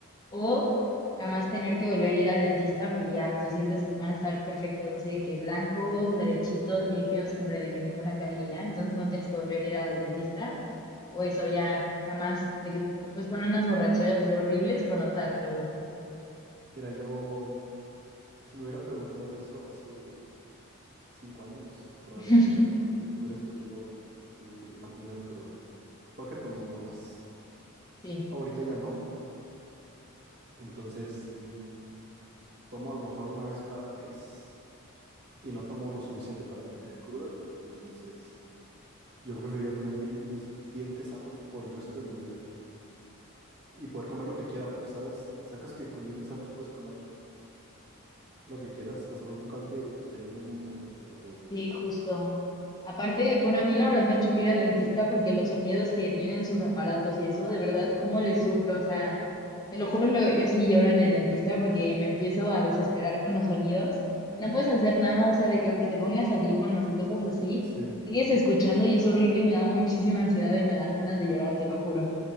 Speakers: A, on the left; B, on the right.
A: o jamás tener que volver a ir al dentista porque ya tus dientes van a estar perfectos, así de que blancos, derechitos, limpios, siempre de que ninguna carie ya, entonces no tienes que volver a ir al dentista? O eso ya, jamás, de que te puedes poner unas borracheras así horribles, pero no te da cruda.
B: Mira, yo, si me hubieras preguntado eso hace cinco años, probablemente
A: <laughs>
B: hubiera escogido, hubiera escogido l- no tener cruda, porque tomaba más.
A: Sí.
B: Ahorita ya no, entonces mm, tomo a lo mejor una vez cada mes y no tomo lo suficiente para que me dé cruda, entonces yo preferiría tener mil- mis dientes sanos por el resto de mi vida y poder comer lo que quiera, porque sabes, sacas que con dientes sanos puedes comer lo que quieras, la salud bucal te, te ayuda un montón a todo.
A: Sí, justo. Aparte, bueno, a mí la verdad me choca ir al dentista porque los sonidos que tienen sus aparatos y eso, de verdad, cómo les sufro. O sea, te lo juro, lo- yo sí lloro en el dentista porque me empiezo a desesperar con los sonidos y no puedes hacer nada. O sea, de que aunque te pongas audífonos y cosas así,
B: Sí.
A: sigues escuchando y es horrible y me da muchísima ansiedad y me dan ganas de llorar, te lo juro.